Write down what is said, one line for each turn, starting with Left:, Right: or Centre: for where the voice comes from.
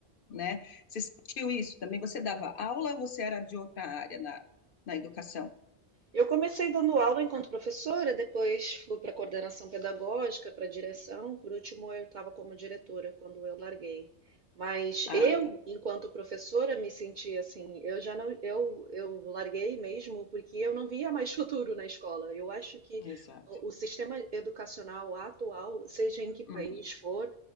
Left: né? Você sentiu isso também? Você dava aula ou você era de outra área na, na educação?
Right: Eu comecei dando aula enquanto professora, depois fui para coordenação pedagógica, para direção, por último eu estava como diretora quando eu larguei. Mas
Left: Ah,
Right: eu,
Left: tá,
Right: enquanto professora, me senti assim, eu já não, eu, eu larguei mesmo porque eu não via mais <laughs> futuro na escola. Eu acho que
Left: exato.
Right: o o sistema educacional atual, seja em que país
Left: Uhum.
Right: for,